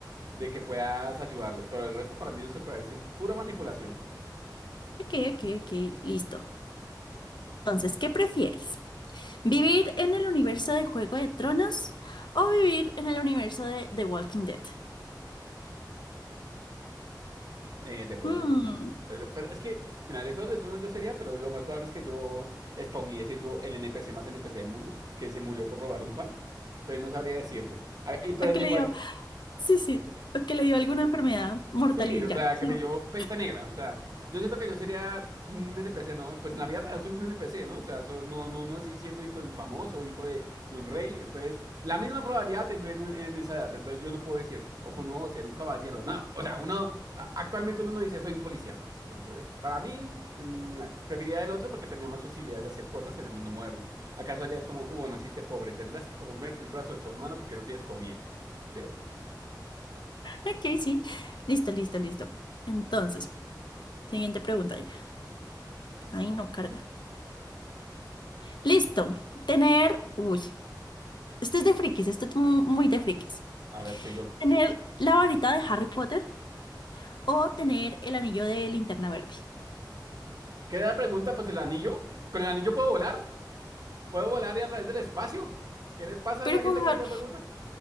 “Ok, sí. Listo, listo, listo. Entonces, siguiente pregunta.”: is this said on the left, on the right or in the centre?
Left